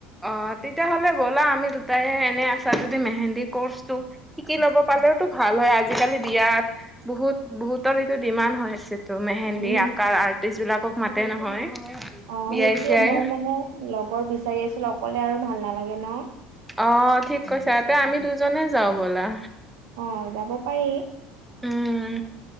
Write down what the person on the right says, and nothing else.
উম
অ
সেইটোৱে
মই মানে লগৰ বিচাৰি আছিলোঁ, অকলে আৰু ভাল নালাগে ন।
অ যাব পাৰি